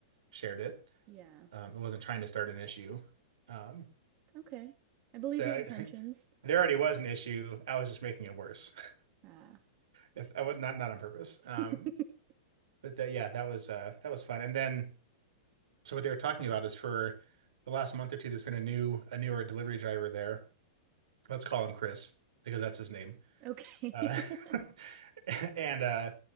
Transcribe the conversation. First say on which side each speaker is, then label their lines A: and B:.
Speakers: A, on the right; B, on the right.
A: shared it.
B: Yeah.
A: Um, I wasn't trying to start an issue. Um,
B: Okay. I believe
A: so
B: your intentions.
A: I, <laughs> there already was an issue. I was just making it worse. <laughs>
B: Uh,
A: If I was not not on purpose.
B: <laughs>
A: Um, but that yeah, that was uh that was fun. And then so what they were talking about is for the last month or two, there's been a new a newer delivery driver there. Let's call him Chris because that's his name.
B: okay.
A: Uh,
B: <laughs>
A: <laughs> and uh,